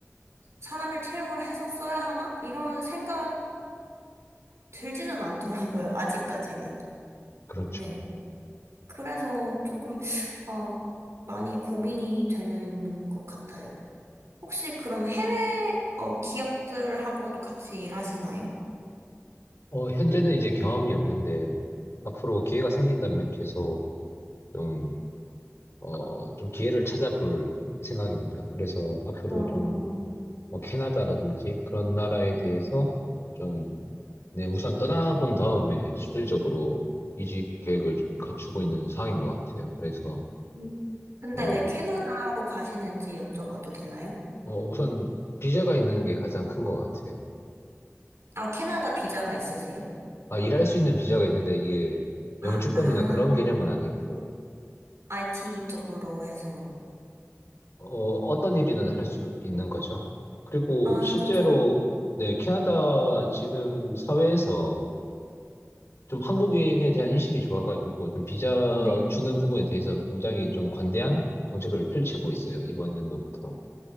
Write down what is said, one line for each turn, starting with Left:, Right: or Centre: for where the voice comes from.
Right: 사람을 채용을 해서 써야 하나? 이런 생각이 들지는 않더라고요, 아직까지는.
Left: 그렇죠.
Right: 네. 그래서 조금, 어, 많이 고민이 되는 것 같아요. 혹시 그럼 해외, 어, 기업들하고도 같이 일하시나요?
Left: 어, 현재는 이제 경험이 없는데, 앞으로 기회가 생긴다면 계속 좀, 어, 좀 기회를 찾아볼 생각입니다. 그래서 앞으로
Right: 어,
Left: 좀, 뭐, 캐나다라든지 그런 나라에
Right: 네.
Left: 대해서 좀, 네, 우선 떠나본 다음에 실질적으로 이직 계획을 좀 갖추고 있는 상황인 것 같아요. 그래서,
Right: 음, 근데
Left: 어,
Right: 왜 캐나다로 가시는지 여쭤봐도 되나요?
Left: 어, 우선 비자가 있는 게 가장 큰 것 같아요.
Right: 아, 캐나다 비자가 있으세요?
Left: 아, 일할 수 있는 비자가 있는데 이게
Right: 아,
Left: 영주권이나
Right: 아,
Left: 그런 개념은 아니고,
Right: IT 쪽으로 해서.
Left: 어, 어떤 일이든
Right: 네.
Left: 할 수 있는 거죠. 그리고
Right: 아,
Left: 실제로,
Right: 그쵸, 그쵸.
Left: 네, 캐나다 지금 사회에서 좀 한국인에 대한 인식이 좋아가지고 좀 비자
Right: 네.
Left: 주는 부분에 대해서 굉장히 좀 관대한 정책을 펼치고 있어요, 이번 연도부터.